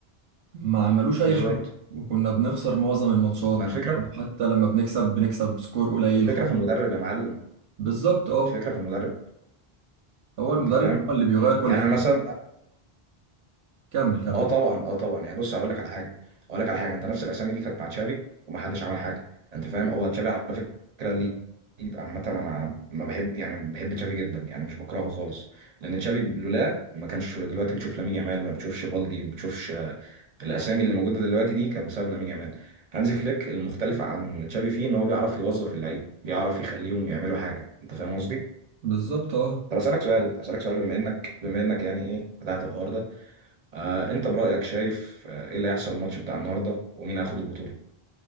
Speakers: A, on the right; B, on the right.
A: ما عملوش اي
B: بالظبط
A: حاجه وكنا بنخسر معظم الماتشات
B: ما الفكره
A: او حتى لما بنكسب بنكسب سكور قليل
B: الفكره
A: خالص
B: في المدرب يا معلم
A: بالظبط اه
B: الفكره في المدرب
A: هو المدرب
B: انت فاهم
A: هو اللي بيغير كل
B: يعني
A: حاجه
B: انا مثلا
A: كمل كمل
B: اه طبعا اه طبعا يعني بص هقول لك على حاجه هقول لك على حاجه انت نفس الاسامي دي كانت مع تشافي ومحدش عمل حاجه انت فاهم هو تشافي على فكره ليه عامه انا ما بحب يعني بحب تشافي جدا يعني مش بكرهه خالص لان تشافي لولا ما كانش دلوقتي بتشوف لامين يامال ما بتشوفش بالدي ما بتشوفش آه، الاسامي اللي موجوده دلوقتي دي كانت بسبب لامين يامال هانزي فليك المختلف عن تشافي فيه ان هو بيعرف يوظف اللعيبه بيعرف يخليهم يعملوا حاجه انت فاهم قصدي
A: بالظبط اه
B: طب اسالك سؤال اسالك سؤال بما انك بما انك يعني ايه فتحت الحوار ده آه، انت برأيك شايف آه، ايه اللي هيحصل الماتش بتاع النهارده ومين هياخد البطولة؟